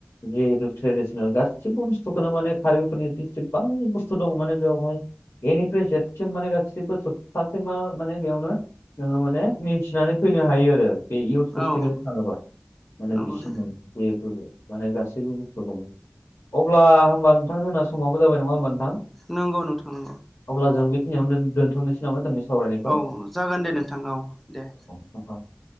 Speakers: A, on the left; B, in the centre.
A: जिहेतु ट्रेडिसनेल गासिबो बुस्थुखौनो माने कारबिफोरनि जसेबां बुस्थु दङ माने बेवहाय ए निफ्राय जेथसिम माने गासिबो सप्थासे मा माने बेयावनो ङो माने मिथिनानै फैनो हायो आरो बे इयउथ फेस्टिभेल
B: औ
A: थाङोबा माने
B: नंगौ
A: बिसिनि
B: नंगौ
A: जिहेथु माने गासैबो बसथुखौनो अब्ला होमबा नोंथां जोंना समावबो जाबाय नङा होमबा नोंथां
B: नंगौ नोंथां नगौ
A: अब्ला जों बेखिनियावनो दोनथ'नोसै नामा जोंनि सावरायनायखौ?
B: औ जागोन दे नोंथां औ दे
A: <unintelligible>